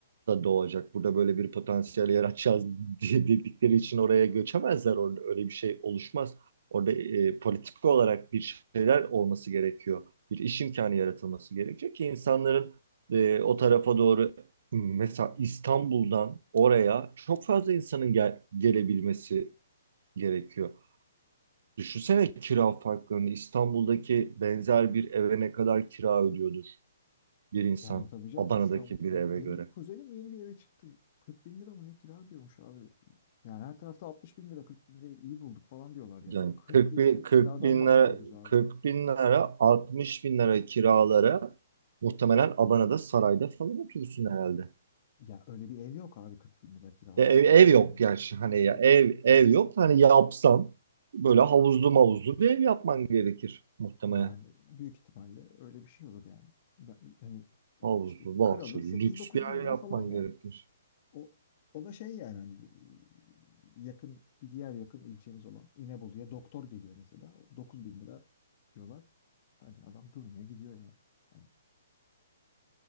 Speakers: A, on the right; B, on the left.
A: da doğacak. Burada böyle bir potansiyel yaratacağız <laughs> diye dedikleri için oraya göçemezler. Orada öyle bir şey oluşmaz. Orada e, politik olarak bir şeyler olması gerekiyor. Bir iş imkanı yaratılması gerekiyor ki insanların e, o tarafa doğru mesela İstanbul'dan oraya çok fazla insanın gel- gelebilmesi gerekiyor. Düşünsene kira farklarını. İstanbul'daki benzer bir eve ne kadar kira ödüyordur bir insan
B: Yani tabii canım
A: Adana'daki
B: İstanbul'da.
A: bir
B: Be-
A: eve
B: Benim
A: göre.
B: kuzenim yeni bir eve çıktı. 40 bin lira mı ne kira diyormuş abi. Yani her tarafta 60 bin lira 40 bin lirayı iyi bulduk falan diyorlar yani.
A: Yani
B: 40
A: 40
B: bin
A: bin,
B: lira
A: 40
B: kiradan
A: bin
B: bahsediyoruz
A: lira,
B: abi.
A: 40 bin lira, 60 bin lira kiralara muhtemelen Adana'da sarayda falan oturursun herhalde.
B: Ya öyle bir ev yok abi 40 bin lira kiralık
A: E, ev,
B: bir
A: ev
B: ev yok
A: yok
B: yani.
A: gerçi hani
B: Ya,
A: ya
B: e-
A: ev ev
B: e-
A: yok hani yapsan böyle havuzlu mavuzlu bir ev yapman gerekir
B: <clears throat>
A: muhtemelen.
B: yani büyük ihtimalle öyle bir şey olur yani. Ben, yani
A: Havuzlu,
B: işte kralı
A: bahçeli,
B: 8-9
A: lüks bir yer
B: bin lira
A: yapman
B: falan yani.
A: gerekir.
B: O, o da şey yani hani e, yakın bir diğer yakın ilçemiz olan İnebolu'ya doktor geliyor mesela. 9 bin lira diyorlar. Hani adam durmuyor gidiyor yani. Hani